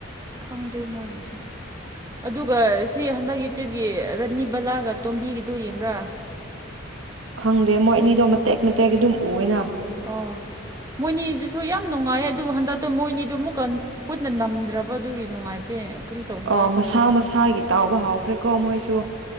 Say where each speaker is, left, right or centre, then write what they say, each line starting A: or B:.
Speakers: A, on the right (about 15°); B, on the right (about 70°).
A: ꯑ ꯈꯪꯗ꯭ꯔꯦ ꯃꯣꯏꯒꯤꯁꯦ ꯑꯗꯨꯒ ꯁꯤ ꯍꯟꯗꯛ ꯌꯨꯇ꯭ꯌꯨꯕꯀꯤ ꯔꯥꯅꯤ ꯕꯂꯥꯒ ꯇꯣꯝꯕꯤꯒꯤꯗꯨꯣ ꯌꯦꯡꯕ꯭ꯔꯥ
B: ꯈꯪꯗꯦ ꯃꯣꯏ ꯑꯅꯤꯗꯣ ꯃꯇꯦꯛ ꯃꯇꯦꯛ ꯑꯗꯨꯝ ꯎꯑꯦꯅ
A: ꯑꯣ ꯃꯣꯏꯅꯤꯁꯨ ꯌꯥ ꯌꯥꯝ ꯅꯨꯡꯉꯥꯏꯌꯦ ꯑꯗꯨꯕꯨ ꯍꯟꯗꯛꯇꯣ ꯃꯣꯏꯅꯤꯗꯨ ꯑꯃꯨꯛꯀ ꯄꯨꯟꯅ ꯅꯝꯗ꯭ꯔꯕꯗꯨꯒꯤ ꯅꯨꯡꯉꯥꯏꯇꯦ ꯀꯔꯤ ꯇꯧꯈ꯭ꯔꯕ꯭ꯔꯥ
B: ꯑ
A: ꯈ
B: ꯃꯁꯥ ꯃꯁꯥꯒꯤ ꯇꯥꯎꯕ ꯍꯥꯎꯈ꯭ꯔꯦ ꯁꯨ